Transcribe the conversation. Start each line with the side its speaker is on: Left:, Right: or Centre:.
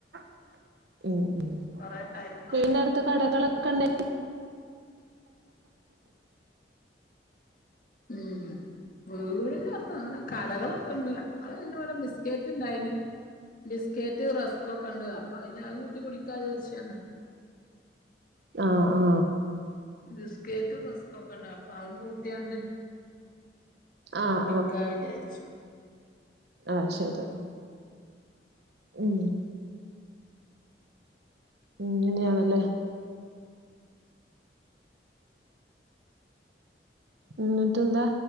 Right: <inaudible> ഉം. ഉം.
Left: കൊറേ ടൈം
Right: വീന്റെ
Left: ആയോണ്ട്
Right: അടുത്ത് കടകളൊക്കെ ഉണ്ട
Left: ഉം വീടിന്ടുത്തൊന്നു കടകളൊക്കെ ഉണ്ട് അ പിന്നെ ഇവിടെ ബിസ്കറ്റ് ഉണ്ടായിന് ബിസ്കറ്റ് റസ്ക്ക്കെ ഉണ്ട് അപ്പൊ പിന്നെ അതുംകൂട്ടി കുടിക്കാ വിചരിച്ചെ
Right: ആഹ് ആഹ്
Left: ബിസ്‌ക്കറ്റ് റെസ്ക് ഒക്കെ ഉണ്ടാ പ്പ അതുക്കുട്ടിയാണ്ട്
Right: ആഹ്
Left: കുടിക്ക വിചാരിച്ചു
Right: ആഹ ശരി ഉം ഉങ്ങനെയണല്ലേ എന്നിട്ടെന്താ